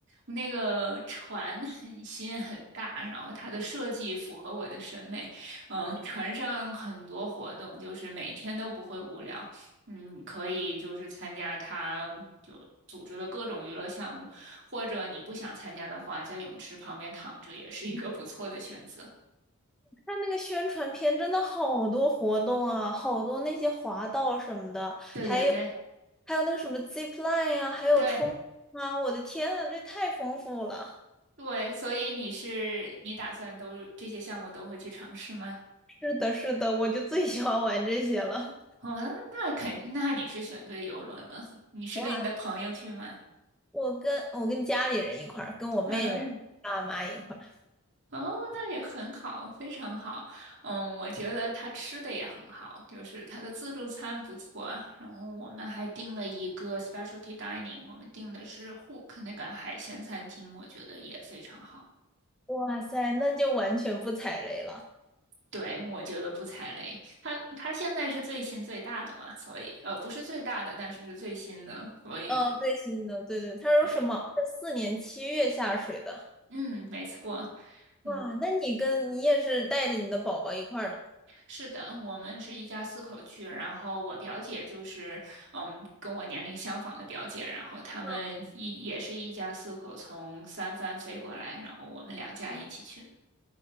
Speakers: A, on the right; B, in the centre.
A: 那个船很新很大，然后它的设计符合我的审美。嗯，船上很多活动，就是每天都不会无聊。嗯，可以就是参加它就组织的各种娱乐项目，或者你不想参加的话，在泳池旁边躺着也是一个不错的选择。
B: 看那个宣传片，真的好多活动啊，好多那些滑道什么的，
A: 对对对
B: 还有还有那个什么 zip line 呀，还有冲浪啊，
A: 对。
B: 我的天啊，这太丰富了。
A: 对，所以你是你打算都这些项目都会去尝试吗？
B: 是的，是的，我就最喜欢玩这些了。
A: 哦，那那肯，那你是选对游轮了。你是跟你的朋友去吗？
B: 哇，我跟我跟家里人一块儿，跟我妹妹、
A: 嗯，
B: 爸妈一块儿。
A: 哦，那也很好，非常好。嗯，我觉得他吃的也很好，就是他的自助餐不错啊。然后我们还订了一个 specialty dining，我们订的是 Hook 那个海鲜餐厅，我觉得也非常好。
B: 哇塞，那就完全不踩雷了。
A: 对，我觉得不踩雷。它它现在是最新最大的嘛，所以呃不是最大的，但是是最新的，所以
B: 嗯，最新的，对对，他说什么二四年七月下水的。
A: 对，嗯，没错，嗯，
B: 哇，那你跟你也是带着你的宝宝一块儿的吗？
A: 是的，我们是一家四口去，然后我表姐就是嗯跟我年龄相仿的表姐，然后他们一也是一家四口从三藩飞过来，
B: 嗯
A: 然后我们两家一起去。